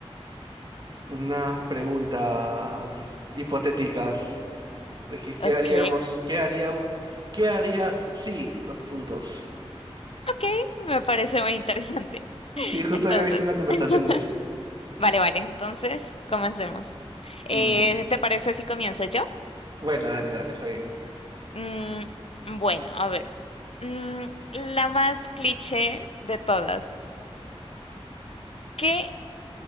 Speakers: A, on the right (about 45°); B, on the left (about 70°).
A: unas preguntas hipotéticas de que qué
B: Ok,
A: haríamos, qué haríamos, qué harías? Sí, dos puntos.
B: ok, me parece muy interesante. <laughs>
A: Sí, justo
B: Entonces,
A: había visto una conversación
B: <laughs>
A: de eso.
B: vale, vale, entonces comencemos. Eh,
A: Mm,
B: ¿te parece si comienzo yo?
A: bueno, dale, dale, está bien.
B: Mm, bueno, a ver, mm, la más cliché de todas. ¿Qué